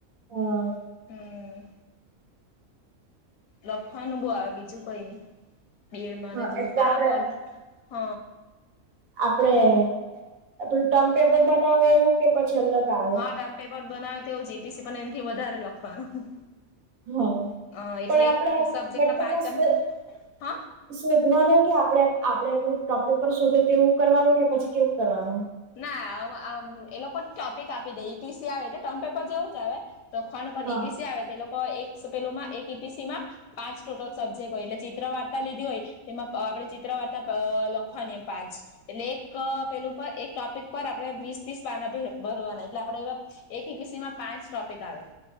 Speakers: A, on the right; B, on the left.
A: હ,
B: હમ લખવાનું બો આવે બીજું કઈ ની બી. એડમાંને
A: હા
B: બધું
A: એટલે
B: કામ
A: આપડે
B: ઓલ, હ
A: આપડે, આપડું ટમ્પ પેપર બનાવે એવું કે પછી અલગ- આવે
B: હા, ડમ્પ પેપર બનાવે તેવું જ જી. ટી. સી પણ એનથી વધારે લખવાનું.
A: હા
B: અ એટલે
A: પણ આપડે
B: ક સબ્જેક્ટ
A: મતલબમાં
B: ના પાંચમ,
A: શો
B: હ!
A: શોધવાનું કે આપડે- આપડે પેલુ ટમ્પ પેપર શોધે તેવું કરવાનું કે પછી કેવું કરવાનું.
B: ના, અ મા એલોકો ટોપિક આપી દેય ઈ. પી. સી આવે એટલે ટર્મ પેપર જેવું જ આવે. લખવાનું પણ,
A: હા
B: ઈ. પી. સી આવે તેલોકો એકસ પેલુમાં એક ઈ. પી. સી માં- પાંચ ટોટલ સબ્જેક્ટ હોય, એટલે ચિત્ર વાર્તા લીધી હોય. તેમાં અ આપણે ચિત્ર વાર્તા અ લખવાની એ પાંચ એટલે એક પેલું પર એક- ટોપિક પર આપણે વીસ, તીસ પાના ભર ભરવાના એટલે આપણે એવા એક ઈ. પી. સીમાં પાંચ ટોપિક આવે-